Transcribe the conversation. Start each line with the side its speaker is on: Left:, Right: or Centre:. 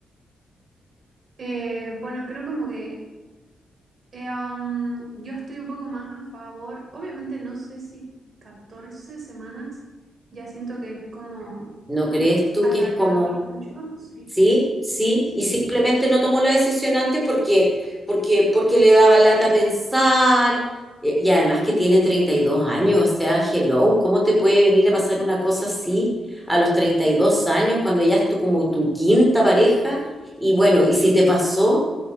Right: Eh, bueno, creo como que eh, um, yo estoy un poco más a favor. Obviamente no sé si 14 semanas, ya siento que es como
Centre: ¿No crees tú
Right: alargarlo
Centre: que es como...
Right: mucho. Sí,
Centre: Sí, sí,
Right: sí,
Centre: y simplemente no tomó la decisión antes porque, porque, porque le daba lata pensar, eh, y además que tiene 32 años, o sea, hello, ¿cómo te puede venir a pasar una cosa así a los 32 años cuando ya es tu, como tu quinta pareja? Y bueno, y si te pasó,